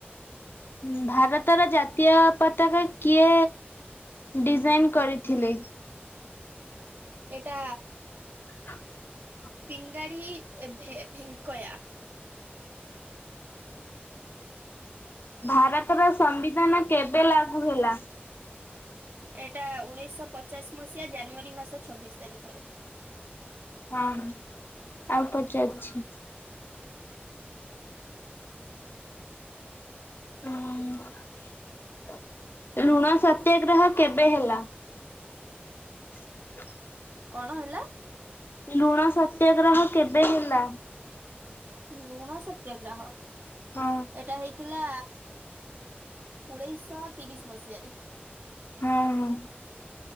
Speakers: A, on the left; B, on the right.
A: ହୁଁ ଭାରତର ଜାତୀୟ ପତାକା କିଏ ଡିଜାଇନ୍ କରିଥିଲେ?
B: ଏଟା
A: <inaudible>
B: ପିଙ୍ଗାଡି ଭେ-ଭେ-ଭେଙ୍କୟା।
A: ଭାରତର ସମ୍ବିଧାନ କେବେ ଲାଗୁ ହେଲା?
B: ଏଇଟା ଉଣେଇଶହ ପଚାଶ ମସିହା ଜାନୁଆରୀ ମାସ ଛବିଶ ତାରିଖରେ।
A: ହଁ ଆଉ ପଚାରୁଛି। ହୁଁ ଲୁଣ ସତ୍ୟାଗ୍ରହ କେବେ ହେଲା? <inaudible>
B: କଣ ହେଲା?
A: ଲୁଣ ସତ୍ୟାଗ୍ରହ କେବେ ହେଲା?
B: ଲୁଣା ସତ୍ୟାଗ୍ରହ।
A: ହଁ
B: ଏଇଟା ହେଇଥିଲା ଉଣେଇଶ ତିରିଶ ମସିହାରେ।
A: ଅଁ ହୋ